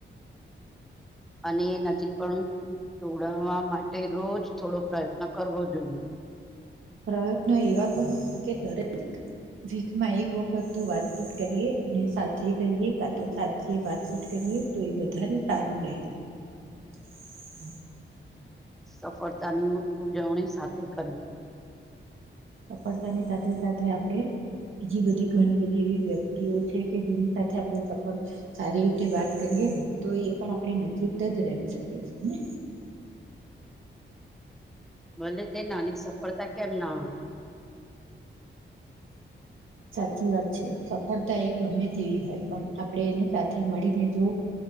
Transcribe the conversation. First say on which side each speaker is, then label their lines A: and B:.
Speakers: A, in the centre; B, on the right.
A: અને નજીક પણ જોડવા માટે તે રોજ થોડો પ્રયત્ન કરવો જોઈએ
B: પ્રયત્ન એવા કરો કે દરેક વીકમાં એક વખત તો વાતચીત કરીએ અને સાથે રહીએ કાતો સાથે વાતચીત કરીએ તો એ વધારે સારું રહેે
A: <inaudible>
B: <inaudible>
A: સફળતાની ઉજવણી સાથે કરવી
B: સફળતાની સાથે સાથે આપડે બીજી બધી ઘણી બધી એવી વ્યક્તિઓ છે કે જેની સાથે આપણે સફળ સારી રીતે વાત કરીએ ને તો એ પણ આપણી નજીક જ રહી શકે છેને
A: <inaudible> ભલે તે નાની સફળતા કેમ ના <inaudible>
B: સાચી વાત છે સફળતા એ ગમે તેવી હોય પણ આપણેે એને સાથે મળીને જો